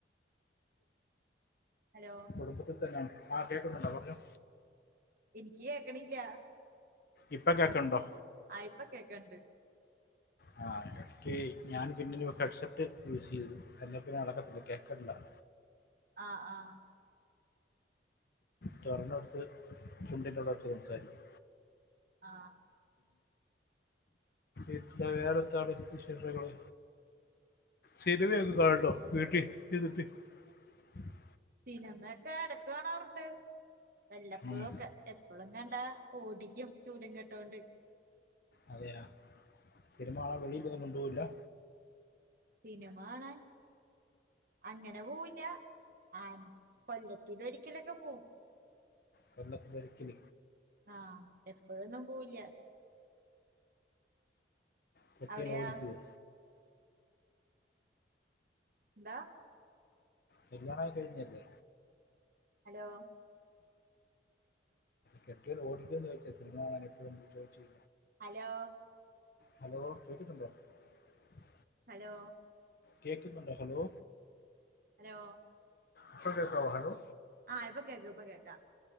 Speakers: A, on the right (about 50°); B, on the left (about 55°).
A: ഹലോ
B: കുടുംബത്തി തന്നാണ് ആ കേക്ക്ന്നുണ്ടോ പറഞ്ഞാേ
A: എനിക്ക് കേക്കണില്ല
B: ഇപ്പൊ കേക്കെണ്ടോ
A: ഇപ്പ കേക്കണ്ട്
B: ആ എനിക്ക് ഞാൻ പിന്നേം ഹെഡ്സെറ്റ് യൂസ് ചെയ്തു അ പിന്നെ നടക്കത്തില്ല കേക്കല്ല
A: ആ ആ
B: ചോറിൻടുത്ത് ചുണ്ടിൻന്റെ അവ്ടെ വെച്ച് സംസാരിക്ക്
A: ആ
B: ഇത്ത വേറെ എന്താണ് വിശേഷങ്ങള് സിനിമയോക്കെ കാണണ്ടോ കേട്ടെ ഇട്ടെ <unintelligible>
A: സിനിമക്കെ എടേക് കാണാറുണ്ട് വല്ലപ്പോഴഒക്കെ
B: ഉം.
A: എപ്പളൊന്നും കണ്ടാ ഓടിക്കിയും ചൂലും കെട്ടോണ്ട്
B: അതെയ സിനിമ കാണാല പണി <inaudible> കോണ്ടോല്ലാ
A: സിനിമകാണാൻ അങ്ങനെ പോവില്ല ആ കോല്ലത്തിലോരി ക്കലോക്കെ പോവും
B: കോല്ലത്തിൽ ഒരിക്കൽ
A: ആ എപ്പോയോന്നും പോവില്ല
B: കെട്ടിയോനെ
A: അവിടെയാ
B: ഓടിക്കുവോ
A: എന്താ
B: കല്ലിയാണം ഒക്കെ കഴിഞ്ഞല്ലേ
A: ഹലോ
B: കെട്ടിയോൻ ഓടികോന്ന് ചോയിച്ചെ സിനിമകാണൻ എപ്പോഴും ചോദിച്ച
A: ഹലോ
B: ഹലോ കേക്ന്നുണ്ട <inaudible>
A: ഹലോ
B: കെക്കുന്നുണ്ടോ ഹലോ
A: ഹലോ
B: ഇപ്പോ കെക്കാവോ ഹലോ
A: ആ ഇപ്പോ കേക്ക് കേക്കാ